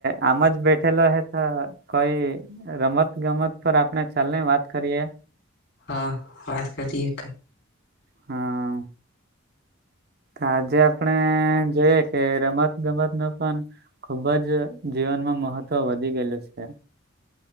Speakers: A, on the right; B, on the left.
A: આમ જ બેઠેલો હે તો કોઈ રમત ગમત પર આપ પણે ચાલને વાત કરીએ.
B: હા વાત કરીએ ક.
A: હા. આજે આપણે જોઈએ કે રમત ગમતનું પણ ખુબ જ જીવનમાં મહત્વ વધી ગેલુ છે.